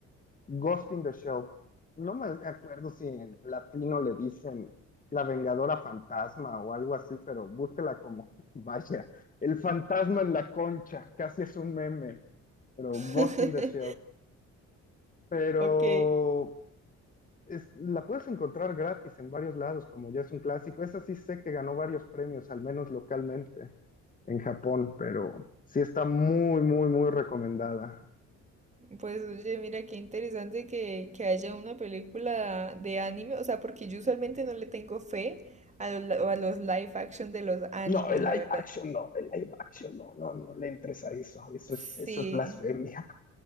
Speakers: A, on the left; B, on the right.
A: Ghost in the Shell. No me acuerdo si en latino le dicen la Vengadora Fantasma o algo así, pero búsquela como, <laughs> vaya, el fantasma en la concha, casi es un meme, pero Ghost
B: <laughs>
A: in the Shell. Pero
B: Ok.
A: es- la puedes encontrar gratis en varios lados, como ya es un clásico. Esa sí sé que ganó varios premios, al menos localmente en Japón, pero sí está muy, muy, muy recomendada.
B: Pues oye, mira qué interesante que, que haya una película de anime, o sea, porque yo usualmente no le tengo fe a los, li- a los live action de los animes,
A: No, el
B: la
A: live
B: verdad.
A: action no, el live action no, no, no le entres a eso, eso
B: Sí,
A: es, eso es blasfemia.